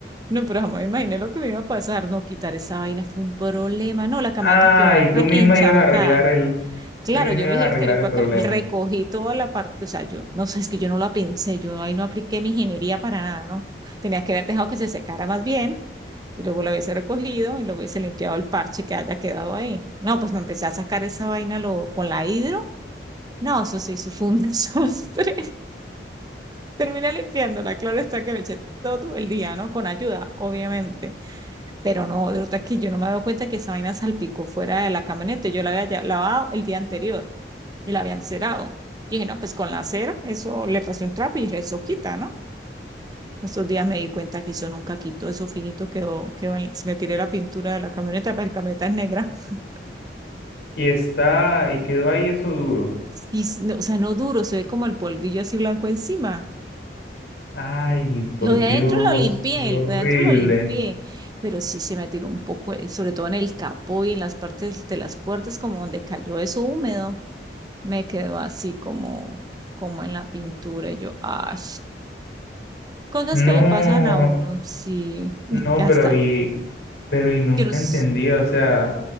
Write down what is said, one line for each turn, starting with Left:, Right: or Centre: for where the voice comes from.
Right: No, pero jamás me imaginé lo que me iba a pasar. No, quitar esa vaina fue un problema. No, la camioneta
Left: Ah,
Right: quedó
Left: y tú
Right: re-
Left: misma
Right: encharcada.
Left: ibas a arreglar el,
Right: Claro,
Left: tú misma
Right: yo
Left: ibas
Right: le
Left: a
Right: dije
Left: arreglar
Right: que mi papá
Left: el problema.
Right: cam- recogí toda la parte, o sea, yo no sé, es que yo no la pensé, yo ahí no apliqué mi ingeniería para nada, ¿no? Tenía que haber dejado que se secara más bien y luego la hubiese recogido y luego hubiese limpiado el parche que haya quedado ahí. No, pues me empecé a sacar esa vaina lo, con la hidro. No, eso sí, eso fue un <laughs> desastre. Terminé limpiándola, claro está que me eché todo el día, ¿no? Con ayuda, obviamente Pero no, de verdad que yo no me había dado cuenta que esa vaina salpicó fuera de la camioneta. Yo la había ya- lavado el día anterior y la había encerado. Y dije, no, pues con la cera, eso le pasé un trapo y dije, eso quita, ¿no? Esos días me di cuenta que eso nunca quitó, eso finito quedó, quedó en la- me tiré la pintura de la camioneta, pero la camioneta es negra. <laughs>
Left: Y está, y quedó ahí eso duro.
Right: Y, s- no, o sea, no duro, se ve como el polvillo así blanco encima.
Left: Ay, por
Right: Lo de
Left: Dios,
Right: adentro lo limpié,
Left: qué horrible.
Right: lo de adentro lo limpié, pero sí se me tiró un poco, eh, sobre todo en el capó y en las partes de las puertas, como donde cayó eso húmedo. me quedó así como, como en la pintura. Y yo, ay cosas
Left: No,
Right: que le pasan a uno, sí, y
Left: no,
Right: hasta,
Left: pero y, pero y nunca
Right: yo no sé,
Left: entendí, o sea,